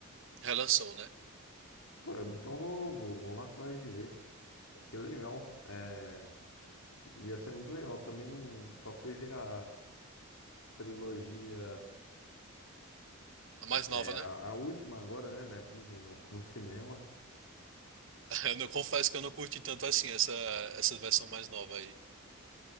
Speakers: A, on the right; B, on the left.
A: Relançou, né?
B: Pô, então vou, vou, vou atrás de ver. Que legal. É. Ia ser muito legal. Também não só fui ver a trilogia,
A: A mais
B: é,
A: nova, né?
B: a, a última agora, né, da Disney no, no cinema.
A: <laughs> Eu não confesso que eu não curti tanto assim essa, essa versão mais nova aí.